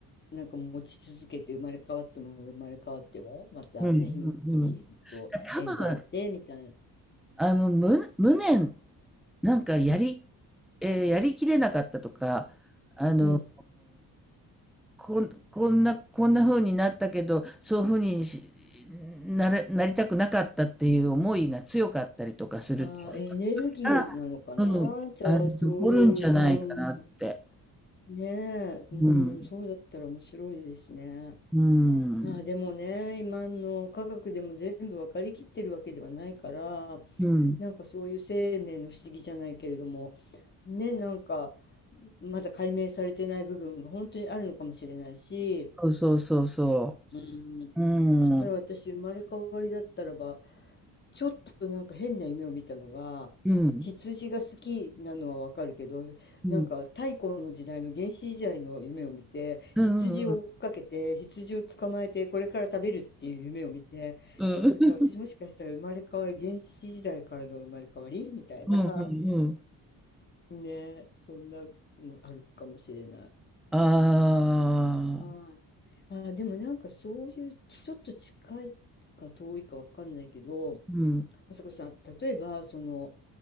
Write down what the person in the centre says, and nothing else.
うん。
うん。多分、
あの、無、無念、なんかやり、えーやりきれなかったとか、あの、
こん、こんな、こんな風になったけど、そういう風にしなれ、なりたくなかったっていう思いが強かったりとかすると、
あうん、
あの、
残るんじゃないかなって。
うん。
うん。
うん。
そうそうそうそ
う。う
ん。
うん。
うん。
うんうんうん。
うん。
うんうんうん。
ああ。
うん。